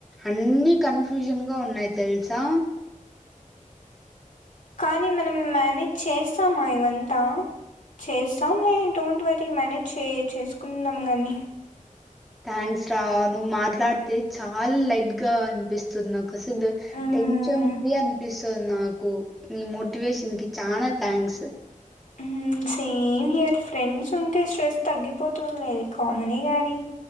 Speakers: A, in the centre; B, on the left.
A: అన్ని కన్ఫ్యూషన్ గా ఉన్నాయి తెలుసా
B: కానీ మనం మేనేజ్ చేస్తామా ఇవంతా చేస్తాం లే డోంట్ వరీ మేనేజ్ చే చేసుకుందాం కానీ
A: థ్యాంక్స్ రా నువ్వు మాట్లాడితే చాలా లైట్ గా అనిపిస్తుంది నాకు అసలు
B: మ్మ్
A: టెన్షన్ ఫ్రీ అనిపిస్తుంది సో నాకు నీ మోటివేషన్ కి చనా థ్యాంక్స్
B: హ సేమ్ ఇయర్ ఫ్రెండ్స్ ఉంటే స్ట్రెస్ తగ్గిపోతుంది లేదు కామనీ కాగాని